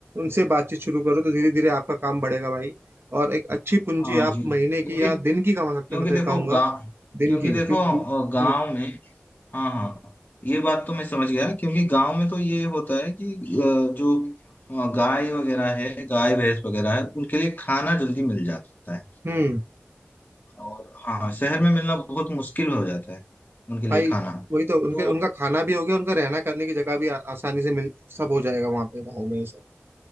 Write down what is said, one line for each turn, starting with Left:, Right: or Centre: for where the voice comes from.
Right: उनसे बातचीत शुरू करो तो धीरे धीरे आपका काम बढ़ेगा भाई और एक अच्छी पूंजी
Left: हाँ
Right: आप
Left: जी क्योंकि
Right: महीने की या दिन की कमा
Left: क्योंकि
Right: सकते हैं मतलब
Left: देखो
Right: कहूंगा
Left: गांव
Right: दिन
Left: क्योंकि
Right: की
Left: देखो
Right: क्यों दू-
Left: अ, गांव
Right: हम्म
Left: में हाँ हाँ ये बात तो मैं समझ गया क्योंकि गांव में तो ये होता है कि अ, जो अ, गाय वगैरह है गाय भैंस वगैरह है उनके लिए खाना जल्दी मिल जाता है
Right: हम्म
Left: और हाँ शहर में मिलना बहुत मुश्किल हो जाता है उनके लिए
Right: भाई
Left: खाना
Right: वही तो उनके
Left: तो
Right: उनका खाना भी हो गया उनका रहना करने की जगह भी आ, आसानी से मिल सब हो जाएगा वहां पे गाँव में ये सब